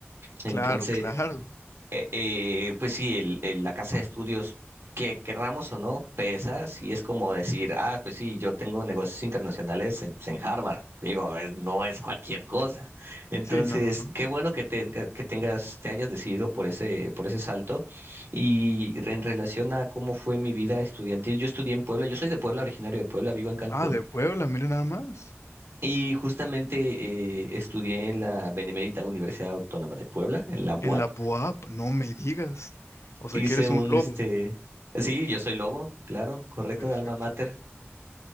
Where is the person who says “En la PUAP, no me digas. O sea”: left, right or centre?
Left